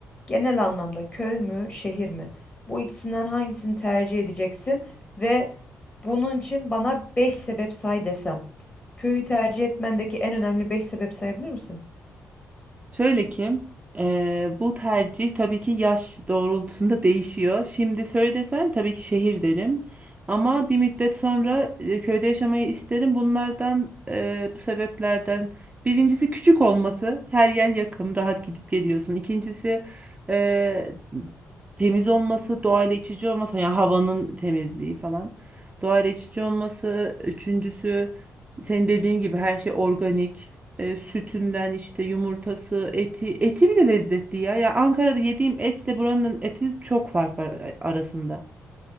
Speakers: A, on the left; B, on the right.
A: genel anlamda köy mü, şehir mi? Bu ikisinden hangisini tercih edeceksin ve bunun için bana 5 sebep say desem. Köyü tercih etmendeki en önemli 5 sebep sayabilir misin?
B: Şöyle ki eee, bu tercih tabii ki yaş doğrultusunda değişiyor. Şimdi söylesen tabii ki şehir derim. Ama bir müddet sonra e, köyde yaşamayı isterim. Bunlardan eee, bu sebeplerden birincisi küçük olması. Her yer yakın, rahat gidip geliyorsun. İkincisi eee, temiz olması, doğayla iç içe olması. Yani havanın temizliği falan. Doğayla iç içe olması. Üçüncüsü senin dediğin gibi her şey organik. E, sütünden işte yumurtası, eti, eti bile lezzetli ya. Ya Ankara'da yediğim etle buranın eti çok fark var a- arasında.